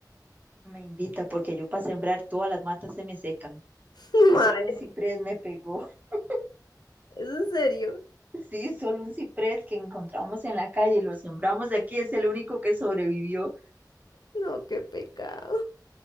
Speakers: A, on the right; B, on the left.
A: me invita, porque yo para sembrar todas las matas se me secan.
B: <laughs> Mae,
A: Solo un ciprés me pegó. <laughs>
B: ¿es en serio?
A: Sí, solo un ciprés que encontramos en la calle, y lo sembramos aquí, es el único que sobrevivió.
B: No, qué pecado.